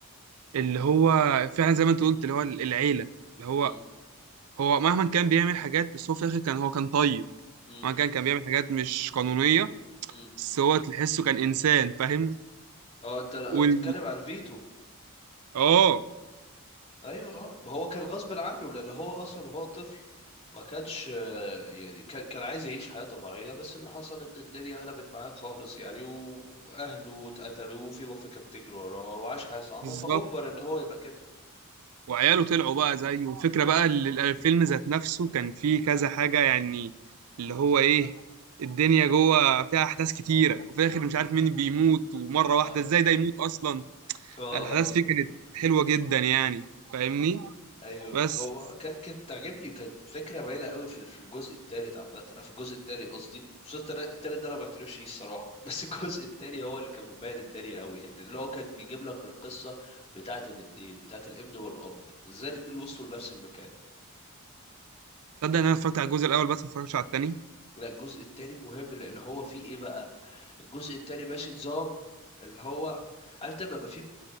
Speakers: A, on the right (about 80°); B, on the left (about 30°).
A: اللي هو فعلا زي ما انت قلت اللي هو العيله اللي هو
B: مم،
A: هو مهما كان بيعمل حاجات بس هو في الاخر كان هو كان طيب
B: مم،
A: مهما كان كان بيعمل حاجات مش قانونيه
B: مم.
A: بس هو تحسه كان انسان فاهم
B: اه انت بتتكلم
A: وال
B: على الفيتو
A: اه
B: ايوه اه ما هو كان غصب عنه لان هو اصلا وهو طفل ما كانش آه، يعني كان كان عايز يعيش حياة طبيعية بس اللي حصل ان الدنيا قلبت معاه خالص يعني و- واهله اتقتلوا وفي مافيا كانت بتجري وراه وعاش حياة صعبة
A: بالظبط
B: فاجبر ان هو يبقى كده
A: وعياله طلعوا بقى زيه والفكرة بقى ال- الفيلم ذات نفسه كان فيه كذا حاجة يعني اللي هو إيه الدنيا جوه فيها أحداث كتيرة وفي الآخر مش عارف مين بيموت ومرة واحدة
B: اه
A: إزاي ده يموت أصلا
B: اه
A: الأحداث
B: اه
A: فيه كانت حلوة جدا يعني فاهمني
B: ايوه
A: بس
B: هو كانت كانت تعجبني كانت فكره باينه قوي في في الجزء الثالث عامه آه، في الجزء الثاني قصدي الجزء الثالث ده انا ما بعترفش فيه الصراحه بس <laughs> الجزء الثاني هو اللي كان مبين الدنيا قوي يعني اللي هو كان بيجيب لك القصه بتاعه الاثنين بتاعه الابن والاب ازاي الاثنين وصلوا لنفس المكان
A: تصدق إن أنا اتفرجت على الجزء الأول بس ما اتفرجتش على التاني
B: لا الجزء الثاني مهم لان هو فيه ايه بقى الجزء الثاني ماشي نظام اللي هو عارف لما يبقى فيه